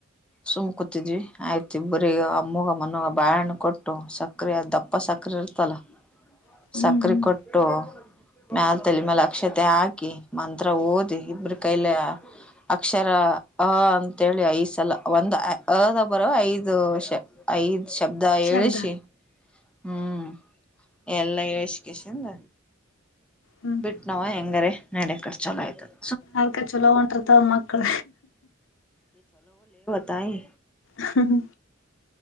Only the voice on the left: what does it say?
ಹ್ಮ್
ಹ್ಮ್
ಶಬ್ದ
ಹ್ಮ್
ಅದಕ ಚಲೋ ಹೊಂಟರ್ತಾವ ಮಕ್ಕಳ
ಹ್ಮ ಹ್ಮ